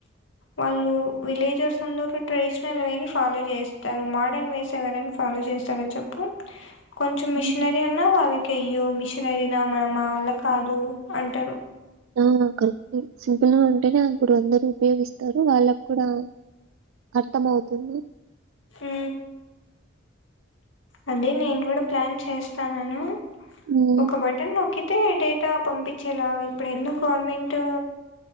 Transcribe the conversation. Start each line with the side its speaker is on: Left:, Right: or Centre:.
Left: వాళ్ళు విలేజెర్స్ అందరు ట్రెడిషనల్ వే ని ఫాలో చేస్తారు మోడర్న్ వేస్ ఎవరన ఫాలో చేస్తార చెప్పు కొంచెం
Right: హ్మ్.
Left: మిషనరీ అన్నా వాళ్ళ కెయ్యో మిషనరీనా మన మా వల్ల కాదు అంటరు
Right: ఆ కరెక్ట్ సింపుల్ గా ఉంటేనే అప్పుడు అందరు ఉపయోగిస్తారు వాళ్ళకు కూడా అర్థం అవుతుంది
Left: ఉ ఉ అంటే నేను కూడా ప్లాన్ చేస్తానను
Right: హ్మ్.
Left: ఒక బటన్ నొక్కి అయితే డేటా పంపించేలాగా ఇప్పుడు ఎన్నో గవర్నమెంటు